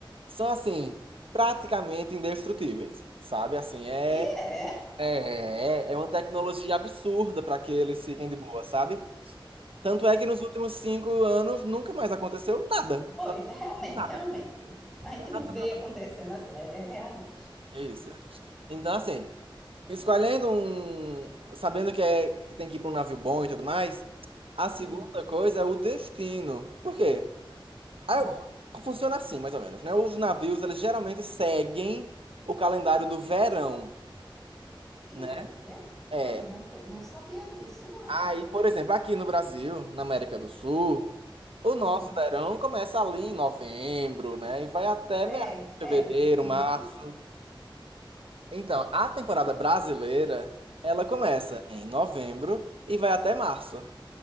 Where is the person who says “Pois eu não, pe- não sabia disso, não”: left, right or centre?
Centre